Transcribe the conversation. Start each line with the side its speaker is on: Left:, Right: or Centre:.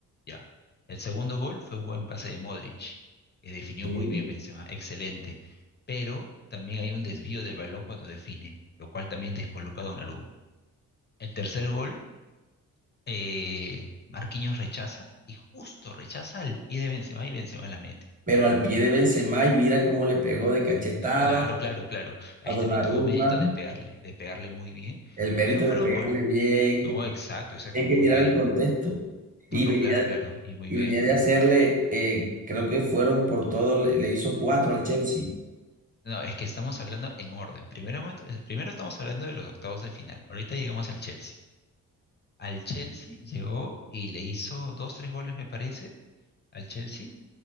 Left: Ya. El segundo gol fue un buen pase de Modric, que definió
Right: sí,
Left: muy bien Benzema, excelente. Pero también hay un desvío del balón cuando define, lo cual también descoloca a Donnarumma. El tercer gol, eh, Marquinhos rechaza y justo rechaza al pie de Benzema y Benzema la mete.
Right: pero al pie de Benzema y mira cómo le pegó de cachetada
Left: Claro, claro, claro. Ahí
Right: a Donnarumma.
Left: también tuvo mérito de pegarle, de pegarle muy bien,
Right: El mérito
Left: pero fueron
Right: de pegarle
Left: gol.
Right: bien,
Left: No, exacto, exacto,
Right: hay que
Left: muy
Right: mirar
Left: bien.
Right: el contexto.
Left: No,
Right: Y
Left: no,
Right: venía,
Left: claro, claro, y muy
Right: y
Left: bien.
Right: venía de hacerle, eh, creo que fueron por todo, le, le hizo cuatro al Chelsea.
Left: No, es que estamos hablando en orden. Primero, momento- eh, primero estamos hablando de los octavos de final. Ahorita llegamos al Chelsea. Al Chelsea llegó y le hizo dos, tres goles, me parece, al Chelsea.